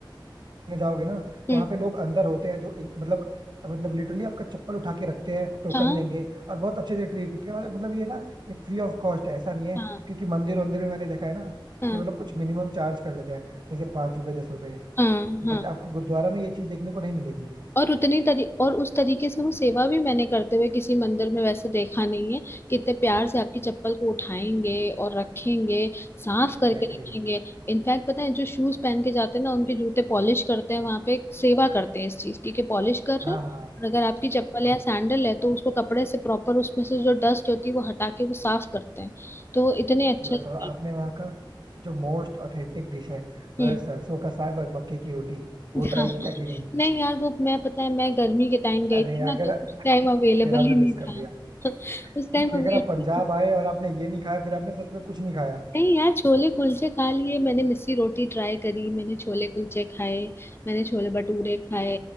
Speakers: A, on the right; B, on the left.
A: रखने जाओगे ना
B: हम्म
A: तो वहाँ पे लोग अंदर होते हैं जो इन- मतलब मतलब लिटरली आपका चप्पल उठा के रखते हैं टोकन
B: हाँ
A: देंगे और बहुत अच्छे से ट्रीट करते हैं और मतलब ये ना ये फ्री ऑफ कॉस्ट है ऐसा नहीं है
B: हाँ
A: क्योंकि मंदिर वंदिर में मैंने देखा है ना
B: हाँ
A: कि वो लोग कुछ मिनिमम चार्ज कर लेते हैं जैसे पाँच रुपए दस रुपए
B: हाँ हाँ
A: बट आपको गुरुद्वारा में ये चीज देखने को नहीं मिलेगी
B: और उतनी तरी और उस तरीके से वो सेवा भी मैंने करते हुए किसी मंदिर में वैसे देखा नहीं है कितने प्यार से आपकी चप्पल को उठाएंगे और रखेंगे साफ
A: Exactly
B: करके रखेंगे
A: exactly.
B: इनफैक्ट पता है जो शूज पहन के जाते हैं ना उनके जूते पॉलिश करते हैं वहां पे सेवा करते हैं इस चीज की कि पॉलिश कर
A: हाँ
B: रहे हैं
A: हाँ
B: और अगर आपकी चप्पल
A: वो तो
B: या
A: है
B: सैंडल है तो उसको कपड़े से प्रॉपर उसमें से जो डस्ट होती है वो हटा के वो साफ करते हैं तो वो इतने
A: वैसे
B: अच्छे
A: बताओ
B: से करते
A: आपने वहाँ का जो मोस्ट ऑथेंटिक डिश है
B: हैं
A: वह सरसों का साग और मक्के की रोटी वो
B: हाँ
A: ट्राई किया कि नहीं
B: नहीं यार वो मैं पता है मैं गर्मी के टाइम गई
A: अरे
B: थी ना
A: अगर
B: तो उस
A: <laughs>
B: टाइम
A: फिर
B: अवेलेबल
A: आपने
B: ही नहीं
A: मिस
B: था
A: कर दिया
B: <laughs> उस टाइम
A: क्योंकि अगर
B: अवेलेबल
A: आप पंजाब आए और आपने ये नहीं खाया फिर आपने सच में कुछ नहीं खाया
B: नहीं यार छोले कुलचे खा लिए मैंने मिस्सी रोटी ट्राई करी मैंने छोले कुलचे खाए मैंने छोले भटूरे खाए